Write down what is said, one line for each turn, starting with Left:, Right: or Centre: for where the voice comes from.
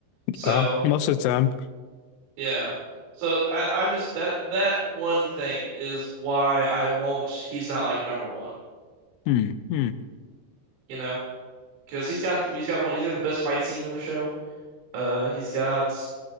Right: So
Left: Well, most of the time.
Right: yeah. So I, I just that that one thing is why I won't he's not like number one,
Left: Mm-hmm.
Right: you know? Because he's got he's got one he's got the best fight scene in the show. Uh he's got